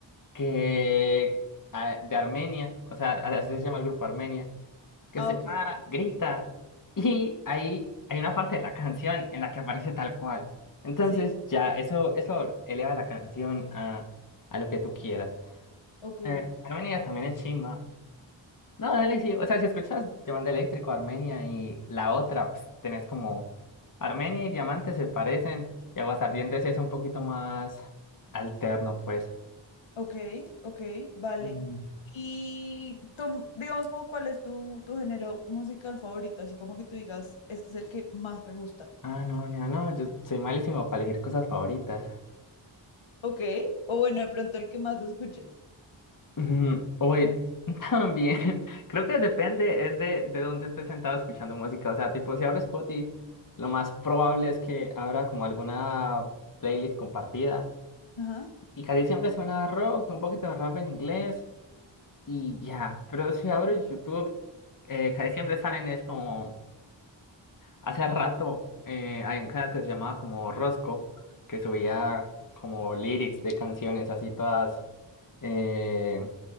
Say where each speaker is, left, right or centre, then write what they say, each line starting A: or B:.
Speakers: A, on the left; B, on the left.
A: que... ah, de Armenia, o sea, así se llama el grupo Armenia, que
B: ah,
A: se
B: ok,
A: llama Grita. Y ahí hay una parte de la canción en la que aparece Tal Cual. Entonces,
B: sí.
A: ya, eso, eso eleva la canción a, a lo que tú quieras.
B: Ok,
A: Eh, Armenia también es chimba. No, dale, sí. O sea, si escuchas Diamante Eléctrico, Armenia y la otra, pues, tenés como Armenia y Diamante se parecen y Aguasardientes sí es un poquito más alterno, pues.
B: ok, ok, vale.
A: Mm.
B: Y tú, digamos como cuál es tu, tu género musical favorito, así como que tú digas, este es el que más me gusta.
A: Ah, no, no, no, yo soy malísimo para elegir cosas favoritas.
B: Ok, o bueno, de pronto el que más escuches.
A: Ujú, Uy, <laughs> también, <laughs> creo que depende, es de, de dónde estés sentado escuchando música. O sea, tipo, si hablo Spotify, lo más probable es que abra como alguna playlist compartida.
B: Ajá.
A: Y casi siempre suena rock, un poquito de rap en inglés. Y ya, pero si abres YouTube, eh, casi siempre salen es como, hace rato eh, hay un canal que se llamaba como Rosco, que subía como lyrics de canciones así todas, eh,